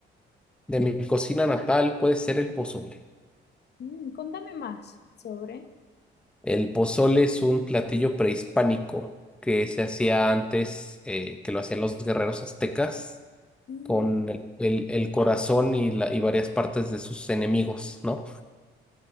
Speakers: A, in the centre; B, on the left.
A: De mi cocina natal puede ser el pozole.
B: Mm, contame más sobre.
A: El pozole es un platillo prehispánico que se hacía antes, eh, que lo hacían los guerreros aztecas
B: Y,
A: con el, el- el corazón y, la- y varias partes de sus enemigos, ¿no?